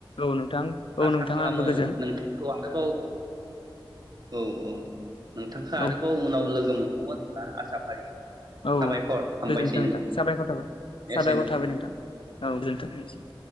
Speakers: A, on the left (about 80°); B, on the right (about 50°).
A: औ नोंथां औ
B: आसा
A: नोंथां
B: खालामो
A: आंबो गोजोन
B: नोंथांखौ आरोबाव औ औ नोंथांखो आरोबाव
A: औ
B: उनाव लोगो मोनबावगोन होनना आसा फारियो।
A: औ
B: साबायखर हामबायसै
A: गोजोनथों नोंथां साबायखर थाबाय
B: एसेनोसै
A: साबायखर थाबाय नोंथां औ गोजोनथों एसे